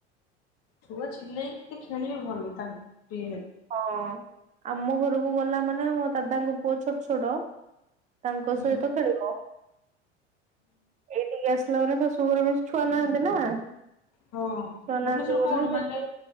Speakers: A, on the left; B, on the right.
A: ଛୁଆ ଚିଲେଇକି ଯେତେ ଖେଳିବେ ଭଲ। ତାଙ୍କ ଫ୍ରି ହେ
B: ହଁ ଆମ ଘରକୁ ଗଲା ମାନେ ମୋ ଦାଦାଙ୍କ ପୁଅ ଛୋଟ ଛୋଟ ତାଙ୍କ
A: ହେବେ।
B: ସହିତ ଖେଳିବ ଏଇଠିକି ଆସ ପିଲାମାନେ ଶାଶୁ ଘର ବେଶୀ ଛୁଆ ନାହାନ୍ତି ନା।
A: ହଁ
B: ଛୁଆ
A: ଭୁବନେଶ୍ୱର
B: ନାହାନ୍ତି ବୋଲି
A: କୋଉଠି
B: ସେଠି
A: ମାନେ